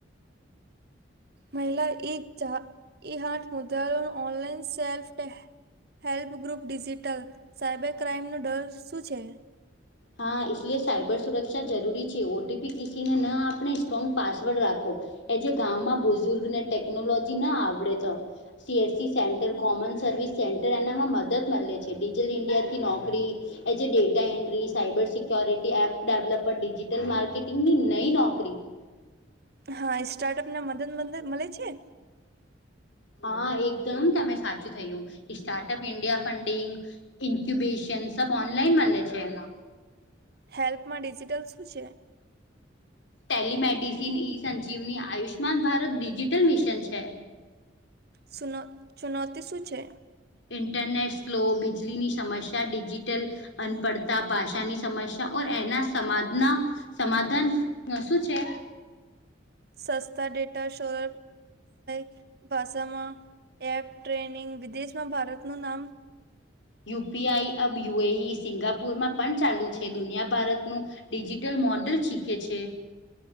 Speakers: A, on the right; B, on the left.
A: મહિલા ઈ હા ઈ હા Mudra online self help group digital cyber ક્રાઇમનો ડર શું છે?
B: હા એટલે સાયબર સુરક્ષા જરૂરી છે ઓટીપી કિસીને ન આપણે સ્ટ્રોંગ પાસવર્ડ રાખો. એ જે ગામમાં બુઝુર્ગને ટેકનોલોજી ના આવડે તો- - CSC centre common service centre એનામાં મદદ મળે છે ડિજિટલ ઇન્ડિયાથી નોકરી- - એજ ડેટા એ- - cyber security app developer digital માર્કેટિંગની નઈ નોકરી- -
A: હા સ્ટાર્ટઅપ ના <inaudible> મદદ મળે છે.
B: હા એકદમ તમે સાચું થયું સ્ટાર્ટઅપ ઇન્ડિયા ફંડિંગ- - ઇન્ક્યુબેશન સબ ઓનલાઈન મળે છે.
A: એલ્પમાં ડિજિટલ શું છે?
B: Telemedicine e Sanjeevani Ayushman Bharat digital mission છે.
A: સુન ચુનૌતી શું છે?
B: ઇન્ટરનેટ સ્લો, બિજલીની સમસ્યા, ડિજિટલ- - અનપડતા ભાષાની સમસ્યા ઓર એના સમાજના- - સમાધાન શું છે?
A: સસ્તા ડેટા સોલ <unintelligible> ભાષામાં- - એપ ટ્રેનિંગ વિદેશમાં ભારતનું નામ
B: યુપી આઈ અબ યુ એ ઈ સિંગાપુરમાં પણ ચાલુ છે દુનિયા ભારતનું ડિજિટલ મોડલ શીખે છે.